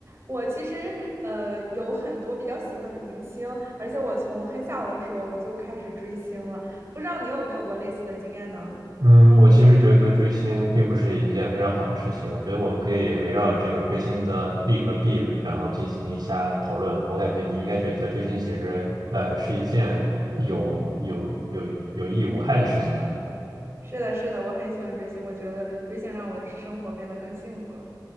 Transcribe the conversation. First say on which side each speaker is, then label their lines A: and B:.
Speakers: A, on the right (about 35°); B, on the right (about 80°).
A: 我其实呃有很多比较喜欢的明星，而且我从很小的时候就开始追星了。不知道你有没有过类似的经验呢？
B: 嗯，我其实觉得追星并不是一件非常好的事情。我觉得我们可以围绕这个追星的利和弊，然后进行一下讨论。我感觉你应该觉得追星其实呃是一件有有有有益无害的事情吧？
A: 是的，是的，我很喜欢追星，我觉得追星让我生活变得更幸福了。